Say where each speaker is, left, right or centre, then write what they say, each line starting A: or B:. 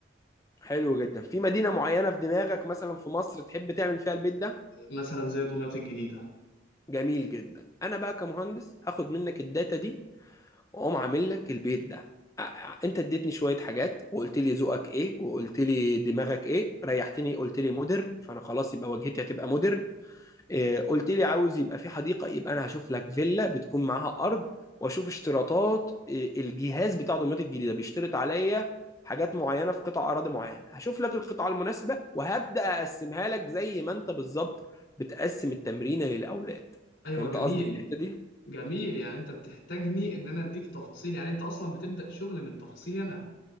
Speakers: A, on the left; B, on the left.
A: حلو جدا في مدينة معينة في دماغك مثلا في مصر تحب تعمل فيها البيت ده
B: مثلا زي دمياط الجديده
A: جميل جدا انا بقى كمهندس هاخد منك الداتا دي واقوم عامل لك البيت ده أ- أ- انت اديتني شوية حاجات وقلت لي ذوقك ايه وقلت لي دماغك ايه ريحتني قلت لي مودرن فانا خلاص يبقى واجهتي هتبقى مودرن إيه، قلت لي عاوز يبقى في حديقة يبقى أنا هشوف لك فيلا بتكون معاها أرض وأشوف اشتراطات إيه، الجهاز بتاع دمياط الجديدة بيشترط عليا حاجات معينة في قطع أراضي معينة هشوف لك القطعة المناسبة وهبدأ أقسمها لك زي ما أنت بالظبط بتقسم التمرينة للأولاد
B: ايوه
A: فهمت
B: جميل
A: قصدي في الحتة دي؟
B: جميل يعني انت بتحتاجني ان انا اديك تفاصيل يعني انت اصلا بتبدا شغل من تفاصيلي انا